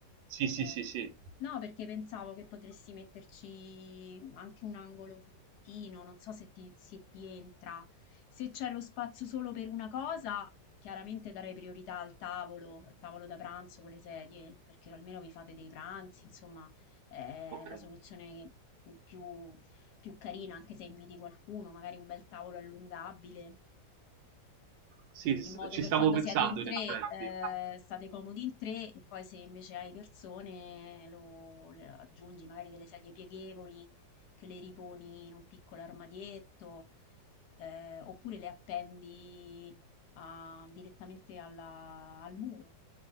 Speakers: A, on the right; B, on the left.
A: sì,
B: Ok.
A: sì, sì, sì,
B: No, perché pensavo che potresti metterci anche un angolo salottino, non so se ti, se ti entra. Se c'è lo spazio solo per una cosa, chiaramente darei priorità al tavolo, al tavolo da pranzo con le sedie, perché almeno vi fate dei pranzi, insomma, è
A: ok.
B: la soluzione più, più carina, anche se inviti qualcuno, magari un bel tavolo allungabile
A: Sì,
B: in
A: s-
B: modo
A: ci
B: che
A: stavo
B: quando
A: pensando
B: siete in tre,
A: in effetti.
B: eh, state comodi in tre e poi se invece hai persone lo, le aggiungi magari delle sedie pieghevoli che le riponi in un piccolo armadietto, eh, oppure le appendi a- direttamente alla- al muro.